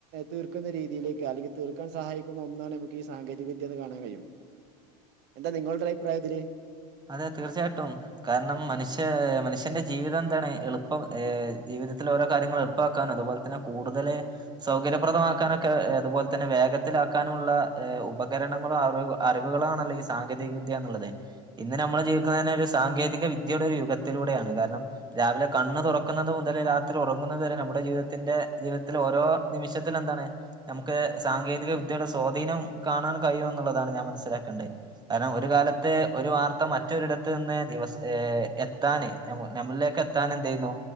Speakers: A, on the right (about 60°); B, on the right (about 20°).
A: തീർക്കുന്ന രീതിയിലെക്ക് അല്ലെങ്ക തീർക്കാൻ സഹായിക്കുന്ന ഒന്നാണ് നമുക്ക്ഈ സാങ്കേതിക വിദ്യയന്ന് കാണൻ കഴിയും എന്താ നിങ്ങളുടെ അഭിപ്രായം ഇതില്
B: അതെ തീർച്ചയായിട്ടും കാരണം മനുഷ്യ മനുഷ്യന്റെ ജീവിതം എന്താണ് എളുപ്പം ഏ ജീവിതത്തിൽ ഓരോ കാര്യൾ എളപ്പാക്കാൻ അതുപോലെന്നെ കൂടുതൽ സൗകര്യപ്രദമാക്കാനൊക്കെ അതുപോലെന്നെ വേഗ ത്തിലാക്കാനുള്ള ഉപകരണങ്ങളും അറി അറിവുകള ആണല്ലോ ഈ സാങ്കേതിക വിദ്യ എന്നുള്ളത് ഇന്ന് നമ്മൾ ജീവിക്കുന്ന തന്നെ ഒരു സാങ്കേതിക വിദ്യയുടെ ഒരു യുഗത്തിലൂടെയാണ് കാരണം രാവിലെ കണ്ണ് തുറക്കുന്നത് മുതൽ രാത്രി ഉറങ്ങുന്നത്തുവരെ നമ്മുടെ ജീവിതത്തിന്റെ ജീവിതത്തിൽ ഓരോ നിമിഷത്തില എന്താണ് നമുക്ക് സാങ്ക വിദ്യയുടെ സ്വാധീനം കാണാൻ കഴിയുമുള്ളതാണ് ഞാൻ മനസ്സിലാക്കേണ്ടത് കാരണം ഒരു കാലത്തെ ഒരു വാർത്ത മറ്റൊരിടത്ത് നിന്ന് ദിവസ ഏ എത്താന് നമ്മളിലേക്ക് എത്താൻ എന്ത ചെയ്യുന്നു